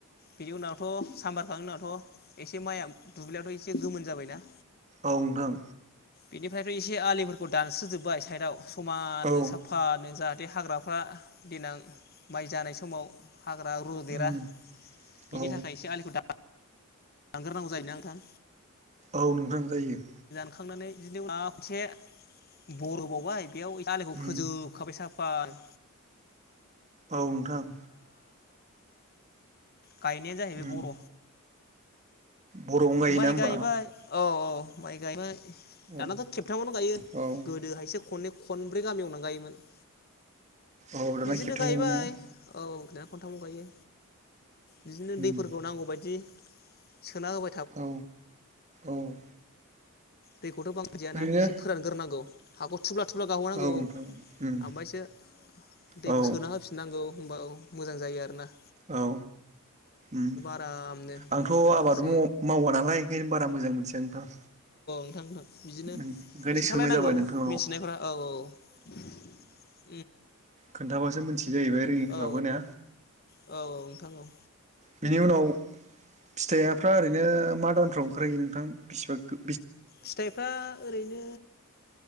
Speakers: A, on the left (about 45°); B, on the right (about 30°).
A: बिनि उनावथ साम्बारखांनायनि उनावथ एसे माइआ दुब्लियाथ एसे गोमोन जाबायना
B: ओव नोंथां
A: बिनिफ्रायथ एसे आलिफोरखौ दानस्रोजोबबाय साइदाव समाननो
B: औ
A: साफानो जाहाथ बे हाग्राफ्रा देनां माइ जानाय समाव हाग्रा रुदेरा
B: उम
A: बिनि
B: औ
A: थाखाय एसे आलिखौ द लांग्रोनांगौ जायोना नोंथां
B: औ नोंथां जायो
A: हखांनानै बिदिनो मा खनसे बरोबावबाय बेयाव आाललिखौ
B: उम
A: खोजोबखाबाय साब बार
B: औ नोंथां
A: गायनायानो जाहैबाय
B: उम
A: बर
B: बरआवनो गायोना
A: माइ
B: होमबा
A: गायबाय औ माइ गाय
B: औ
A: दानाथ' खेबथामावनो गायो
B: औ
A: गोदोहायसो खननै खनब्रै गाहाम एवनानै गायोमोन <inaudible>
B: अ दाना
A: बिदिनो
B: खेबथामाव
A: गायबाय
B: मोननाया
A: औ दाना खनथामाव गायो बिदिनो
B: उम
A: दैफोरखौ नांगौ बायदि सोना होब
B: औ औ
A: दैखौथ' बां होजानयाना
B: ओरैनो
A: एसे फोरानग्रोनांगौ हागज थुब्ला थुब्ला गावहोनांगौ
B: औ नोंथां उम
A: ओमफायसो दैखौ
B: औ
A: सोना होफिननांगौ होमबा औ मोजां जायो आरो ना
B: औ उम
A: आरामनो
B: आंथ'
A: होमबाना
B: आबाद
A: आसे
B: म' मावा नालाय ओंखायनो बारा मोजां मोनथिया नोंथां
A: नोंथांथां बिदिनो
B: ओंखायनो
A: खिन्थालायनांगौ
B: सोंनाय जाबाय नोंथांनाव
A: मिथिनायफोरा औ औ औ
B: खोन्थाबासो मोनथि जाहैबाय रोङिफ्रावबो
A: औ
B: ना
A: औ नोंथां औ
B: बिनि उनाव फिथाइयाफ्रा ओरैनो मा दानफोराव ओंखारहयो नोंथां बिसिबां गो
A: फिथाइफ्रा ओरैनो